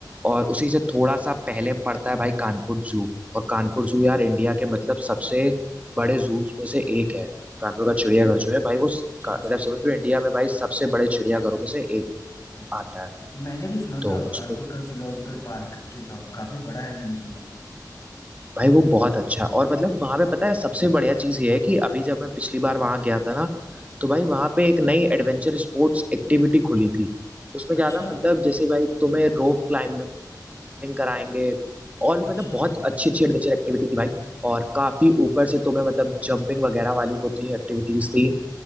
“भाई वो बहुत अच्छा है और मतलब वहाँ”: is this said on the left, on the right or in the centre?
Right